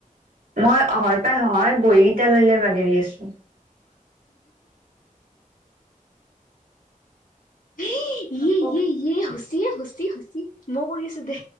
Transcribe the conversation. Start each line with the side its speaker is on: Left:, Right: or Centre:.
Right: মই অহইৰ পৰাই সহয় বহী কেইটা লৈ লৈ বাগেৰি আছো।
Left: এ ইয়
Right: আকৌ
Left: ইয়ে
Right: কি
Left: ইয়ে হচিয়ে হচি হচি মই কৰিছো দে।